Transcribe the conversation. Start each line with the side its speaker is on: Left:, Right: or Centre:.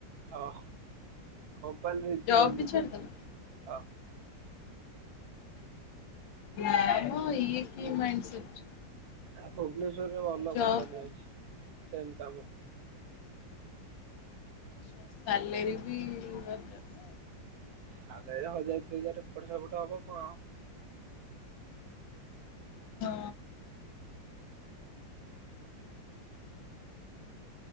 Right: ହଁ କମ୍ପାନୀ ରିଜାଇନ୍
Left: ଜବ୍ ବି
Right: ଦେଇଦେଲି,
Left: ଛାଡ଼ିଦେଲ?
Right: ହଁ।
Left: ଏ ନାମ ଇଏ କି ମାଇଣ୍ଡ ସେଟ୍?
Right: ଏ ଭୁବନେଶ୍ୱରରେ ଭଲ
Left: ଜବ୍
Right: କମ୍ପାନୀ ଅଛି, ସେମ୍ କାମ।
Left: ଛା ସାଲେରି ବି ଦରକାର ନା?
Right: ସାଲାରୀ ହଜାର ଦି ହଜାର ଏପଟ ସେପଟ ହବ କଣ।
Left: ହଁ।